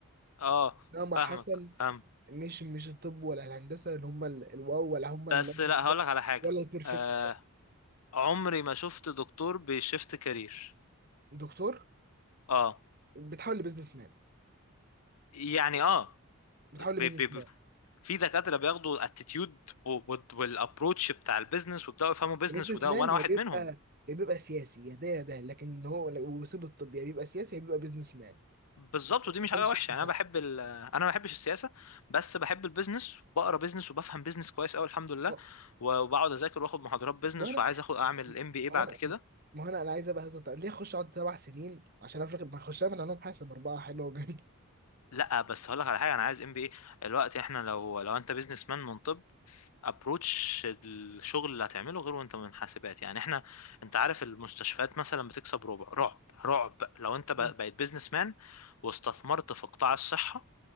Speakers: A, on the left; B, on the right.
A: اه
B: مهما
A: فاهمك
B: حصل
A: فاهم
B: مش مش الطب ولا الهندسه اللي هم ال- الواو ولا هم ال-
A: بس لا هقولك على حاجة
B: ولا البرفكت
A: آه عمري ما شفت دكتور بيشفت كارير
B: دكتور
A: اه
B: بتحول لبزنس مان
A: يعني اه
B: بتحول لبزنس
A: بي بي بي
B: مان
A: في دكاترة بياخدوا اتيتيود والابروتش بتاع البيزنس ويبداوا يفهموا بيزنس
B: البزنس
A: وده
B: مان
A: وانا
B: يا
A: واحد
B: بيبقى
A: منهم
B: يا بيبقى سياسي يا ده يا ده لكن هو ويسيب الطب يا بيبقى سياسي يا بيبقى بزنس مان
A: بالظبط ودي مش
B: ده
A: حاجه
B: الشكل
A: وحشه
B: بتاعها
A: يعني انا بحب ال... انا ما بحبش السياسه بس بحب البيزنس وبقرا بيزنس وبفهم بيزنس كويس قوي الحمد لله
B: ما
A: و- وبقعد اذاكر واخد محاضرات بيزنس
B: ما انا
A: وعايز اخد اعمل ام بي اي
B: ما
A: بعد
B: انا
A: كده
B: ما انا انا عايز ابقى هذا طيب ليه اخش اقعد سبع سنين عشان افرق ما اخش اعمل علوم حاسب اربعه حلوه وجميل
A: لا بس هقول لك على حاجه انا عايز ام بي اي الوقت احنا لو لو انت بيزنس مان من طب ابروتش الشغل اللي هتعمله غير وانت من حاسبات يعني احنا انت عارف المستشفيات مثلا بتكسب ربع رعب رعب لو انت ب-
B: <laughs>
A: بقيت بيزنس مان واستثمرت في قطاع الصحه